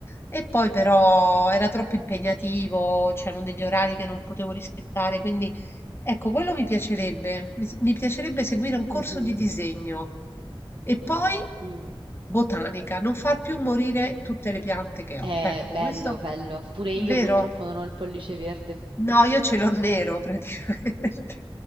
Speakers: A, on the left; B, on the right.
A: e poi però era troppo impegnativo, c'erano degli orari che non potevo rispettare, quindi ecco, quello mi piacerebbe, mi, mi piacerebbe seguire un corso
B: Mhm,
A: di disegno e poi
B: mm.
A: botanica, non far più morire tutte le piante che
B: È
A: ho. Ecco,
B: bello,
A: questo
B: bello. Pure io
A: vero?
B: purtroppo non ho il pollice verde.
A: No, io ce l'ho nero praticamente.